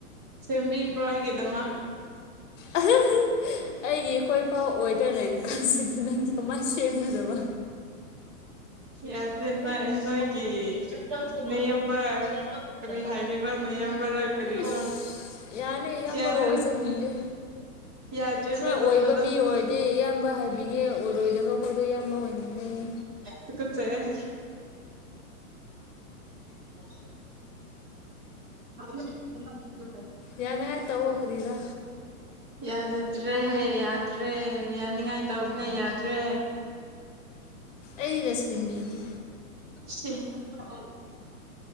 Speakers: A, on the right (about 20°); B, on the left (about 55°).
A: ꯁꯦꯝꯕꯤꯈ꯭ꯔꯣ ꯑꯩꯒꯤꯗꯨꯃꯥꯥ
B: ꯑ ꯍꯥ ꯍꯥ ꯑꯩꯒꯤ ꯑꯩꯈꯣꯏ ꯐꯥꯎ ꯑꯣꯏꯗ꯭ꯔ ꯂꯩꯔꯀꯥꯟꯁꯤꯗ ꯅꯪꯒꯤ ꯀꯃꯥꯏꯅ ꯁꯦꯝ ꯁꯦꯝꯒꯗꯕ
A: ꯌꯥꯗꯔꯦꯕꯃ ꯅꯣꯏꯒꯤ ꯅꯌꯥꯝꯕ ꯑꯍꯟ ꯀꯔꯤ ꯍꯥꯏꯒꯦꯕ ꯅꯌꯥꯝꯕꯔ ꯀꯔꯤꯔ
B: ꯎꯁ ꯌꯥꯅꯤ ꯏꯌꯥꯝꯕꯒ
A: ꯌꯥꯗ꯭ꯔꯦ
B: ꯑꯣꯏꯖꯅꯤꯡꯗꯦ
A: ꯌꯥꯗ꯭ꯔꯦ
B: ꯈꯔ
A: ꯑꯗꯨꯒꯨꯝꯕꯗꯣ
B: ꯑꯣꯏꯕ ꯃꯤ ꯑꯣꯏꯗꯤ ꯏꯌꯥꯝꯕ ꯍꯥꯏꯕꯤ ꯌꯦ ꯑꯣꯏꯔꯣꯏꯗꯕ ꯈꯣꯏꯗꯣ ꯏꯌꯥꯝꯕ ꯑꯣꯏꯅꯤꯡꯗꯦꯅꯦ
A: ꯇꯨꯀꯠꯆꯩꯌꯦ ꯑꯁꯤꯅ <unintelligible>
B: ꯌꯥꯅꯉꯥꯏ ꯇꯧꯋꯣ ꯀꯔꯤꯔꯥ
A: ꯌꯥꯖꯗ꯭ꯔꯦ ꯌꯥꯗ꯭ꯔꯦ ꯌꯥꯅꯤꯡꯉꯥꯏ ꯇꯧꯕꯅꯦ ꯌꯥꯗ꯭ꯔꯦ
B: ꯑꯩꯒ ꯁꯦꯝꯕꯤꯒꯦ
A: ꯆꯦ <unintelligible>